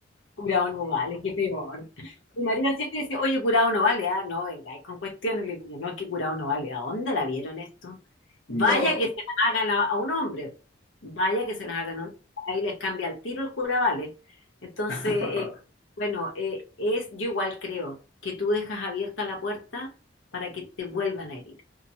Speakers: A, on the left (about 80°); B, on the left (about 55°).
A: curado no vale, qué peor. Mi marido siempre dice, oye, curado no vale, ah, no, venga, Y con cuestiones, le digo, yo, no, es que curado no vale, ¿a dónde la vieron esto?
B: <laughs>
A: Vaya
B: No.
A: que se las hagan a, a un hombre, vaya que se las hagan a un hombre, ahí les cambia el tiro el cura vale. Entonces,
B: <laughs>
A: eh, bueno, eh, es, yo igual creo que tú dejas abierta la puerta para que te vuelvan a herir.